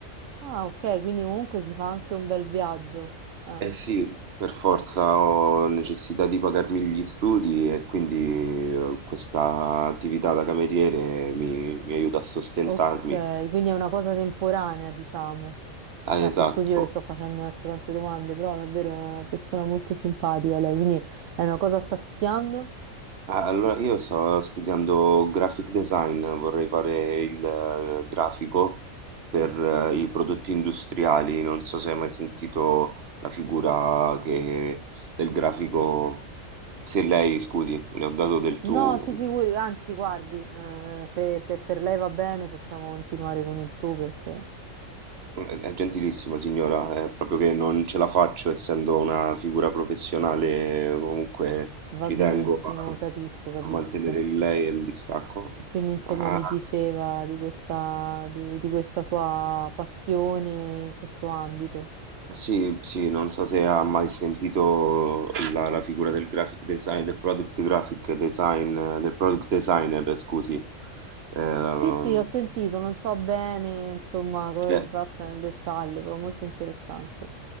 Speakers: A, on the right; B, on the right.
A: Ah, ok, quindi comunque si fa anche un bel viaggio. Ah,
B: Eh sì, per forza ho necessità di pagarmi gli studi e quindi eh, questa attività da cameriere mi, mi aiuta a sostentarmi.
A: ok, quindi è una cosa temporanea, diciamo.
B: Ah,
A: Ecco,
B: esatto.
A: scusi, io le sto facendo, ecco, tante domande, però davvero è una persona molto simpatica lei, quindi è una cosa sta studiando?
B: Ah, Allora, io sto studiando graphic design, vorrei fare il eh, grafico per eh, i prodotti industriali. Non so se hai mai sentito la figura che, del grafico. Se lei, scusi, le ho dato del tu.
A: No, si figuri, anzi, guardi, eh, se, se per lei va bene possiamo continuare con il tu perché
B: Eh, È gentilissima signora, è proprio che non ce la faccio essendo una figura professionale, comunque
A: va
B: ci
A: benissimo,
B: tengo a,
A: capisco, capisco.
B: a mantenere il lei e il distacco.
A: Quindi, insomma,
B: Ma
A: mi diceva di questa, di, di questa sua passione in questo ambito.
B: Sì, sì, non so se ha mai sentito la, la figura del graphic design, del product graphic design, del product designer, scusi. Ehm,
A: Sì, sì, ho sentito, non so bene, insomma, cosa
B: cioè,
A: si faccia nel dettaglio, però molto interessante.